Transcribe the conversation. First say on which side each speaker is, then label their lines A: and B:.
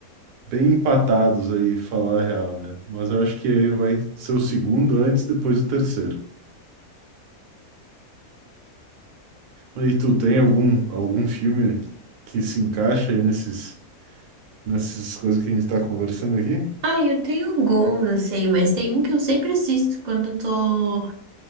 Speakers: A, on the right; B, on the right.
A: bem empatados aí, falar a real, né? Mas eu acho que aí vai ser o segundo antes, depois o terceiro. E tu tem algum, algum filme que se encaixa aí nesses, nessas coisas que a gente tá conversando aqui?
B: Ah, eu tenho alguns, assim, mas tem um que eu sempre assisto quando eu tô,